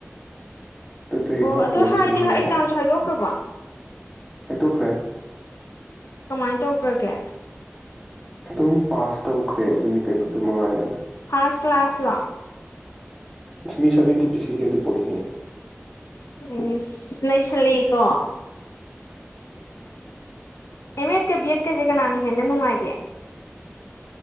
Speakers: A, in the centre; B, on the left (about 80°).
A: ꯍꯟꯗꯛ ꯆꯍꯤ
B: ꯑꯣ
A: ꯍꯧꯔꯛꯄꯗ
B: ꯑꯗꯨꯗ
A: ꯂꯣꯏꯁꯤꯟꯈ꯭ꯔꯦ
B: ꯍꯥꯏꯗꯤ ꯑꯦꯛꯖꯥꯝꯁꯨ ꯍꯥꯏꯗꯣꯛꯈ꯭ꯔꯕꯣ
A: ꯍꯥꯏꯗꯣꯛꯈ꯭ꯔꯦ
B: ꯀꯃꯥꯏꯅ ꯇꯧꯈ꯭ꯔꯒꯦ
A: ꯑꯗꯨꯝ ꯄꯥꯁ ꯇꯧꯈ꯭ꯔꯦ ꯑꯗꯨꯅꯤ ꯀꯩꯅꯣ ꯑꯗꯨ ꯃꯉꯥꯏꯔꯦꯅ
B: ꯐꯔꯁ ꯀ꯭ꯂꯥꯁꯥꯁꯂ
A: ꯃꯤꯁꯥꯕꯇ ꯄꯁꯤ ꯍꯦꯜꯂꯤꯄꯅꯤꯍꯦ
B: ꯎꯝ ꯅꯩꯁꯂꯒꯣ ꯑꯦꯝ ꯑꯦꯗ ꯀ ꯕꯤ ꯑꯦꯗ ꯀꯁꯦ ꯀꯅꯥꯅ ꯍꯦꯟꯅ ꯅꯨꯡꯉꯥꯏꯒꯦ